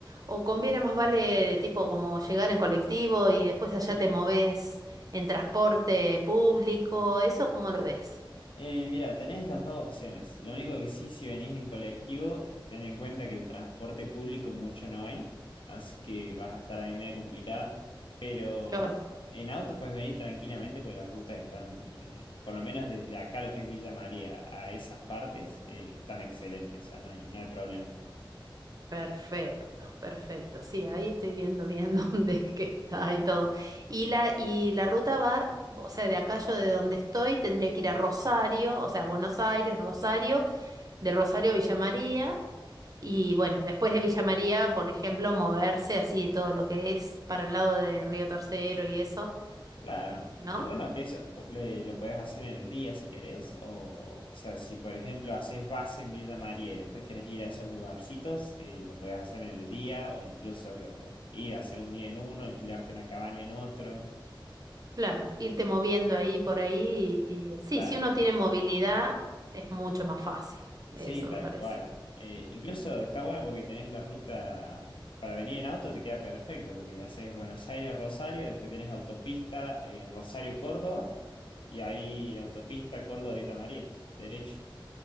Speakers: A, on the right; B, on the left.
A: ¿O conviene más vale tipo como llegar en colectivo y después allá te moves en transporte público? ¿Eso cómo lo ves?
B: Eh, mira, tenés las dos opciones. Lo único que sí, si venís en colectivo, ten en cuenta que el transporte público mucho no hay, así que vas a estar ahí media complicada. Pero
A: Yo,
B: en auto puedes venir tranquilamente porque las rutas están, eh, por lo menos desde acá, lo que es Villa María, a esas partes, eh, están excelentes, o sea, no hay, no hay problema.
A: perfecto, perfecto. Sí, ahí estoy viendo bien <laughs> dónde es que está y todo. Y la, y la ruta va, o sea, de acá yo de donde estoy tendría que ir a Rosario, o sea, Buenos Aires, Rosario de Rosario a Villa María. Y bueno, después de Villa María, por ejemplo, moverse así todo lo que es para el lado de Río Tercero y eso,
B: Claro.
A: ¿no?
B: Lo bueno que eso eh, lo puedes hacer en el día si querés, o, o sea, si por ejemplo haces base en Villa María y después querés ir a esos lugarcitos, eh, lo puedes hacer en el día o incluso o, ir a hacer un día en uno, alquilarte una cabaña en otro.
A: Claro, irte moviendo ahí por ahí. y- y, sí,
B: Claro,
A: si uno tiene movilidad, es mucho más fácil.
B: sí,
A: Eso
B: tal
A: me parece.
B: cual. Eh, incluso está bueno porque tenés la ruta para venir en auto, te queda perfecto porque haces Buenos Aires, Rosario, después tenés autopista eh, Rosario, Córdoba y ahí autopista Córdoba, Villa María, derecho.